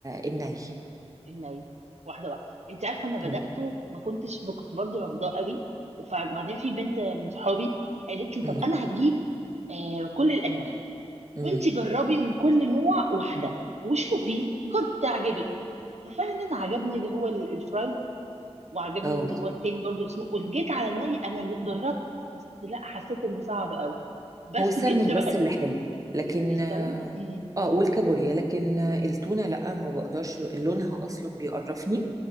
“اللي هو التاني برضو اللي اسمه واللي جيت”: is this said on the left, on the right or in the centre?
Right